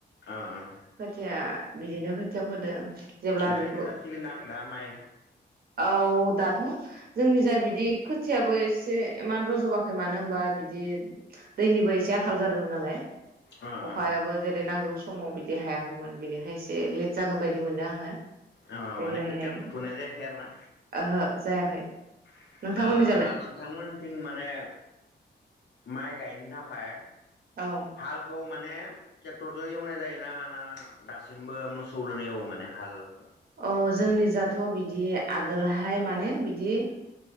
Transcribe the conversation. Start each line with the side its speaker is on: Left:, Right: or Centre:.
Left: अ अ
Right: खोथिया बिदिनो खोथिया फोदो जेब्ला
Left: गायनो
Right: बेखौ
Left: जासिगोनदां दा माइ
Right: औ दाथ' जोंनि जाय बि दि खोथियाबो एसे इमान रज'बाखै मानो होनोमबा बिदि दैनिबो एसे आंखाल जादोंमोन नालाय।
Left: ओ ओ
Right: अखायाबो जेरै नांगौ स समाव बिदि हायाखैमोन बिनिखाय एसे लेट जागोन बायदि मोनदों आङो।
Left: अ
Right: देग्लायहाय
Left: माने खथिया फुथनाय जायाखै आरो ना?
Right: ओहो जायाखै
Left: ओ
Right: नोंथांमोननि जालाय
Left: दा नोंथांमोनथिं माने माइ गायनो थाखाय
Right: औ
Left: हालखौ माने ट्रेक्टरजों एवनाय जायो ना ना दासिमबो मोसौ दोनो एवो माने। हालखौ
Right: अ जोंनि जा थ' बिदि आगोलहाय माने बिदि